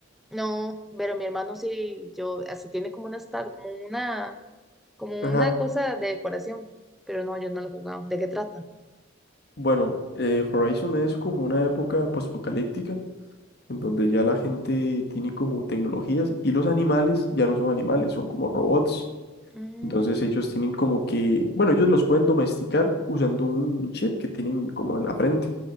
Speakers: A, in the centre; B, on the left.
A: No, pero mi hermano sí, yo, hasta tiene como una, esta- como una como
B: Ajá.
A: una cosa de decoración, pero no, yo no lo he jugado. ¿De qué trata?
B: Bueno, eh, Horizon es como una época postapocalíptica en donde ya la gente tiene como tecnologías y los animales ya no son animales, son como robots.
A: Mm,
B: Entonces ellos tienen como que, bueno, ellos los pueden domesticar usando un un chip que tienen como en la frente.